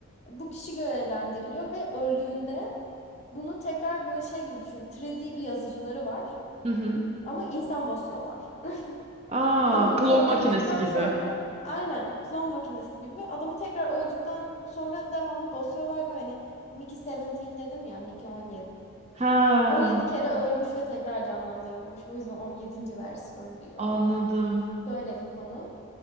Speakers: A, on the left; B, on the right.
A: bu kişi görevlendiriliyor ve öldüğünde bunu tekrar böyle şey gibi düşün. 3D bir yazıcıları var
B: Hı hı.
A: ama insan basıyorlar.
B: Aa,
A: Adamı
B: klon
A: kopyaladıktan
B: makinesi gibi.
A: sonra aynen klon makinesi gibi adamı tekrar öldükten sonra devamlı basıyorlar ve hani Mickey 17 dedim ya Mickey 17.
B: Ha,
A: 17 kere ölmüş ve tekrar canlandırılmış. O yüzden 17. versiyon diyor.
B: anladım.
A: Böyle bir konu.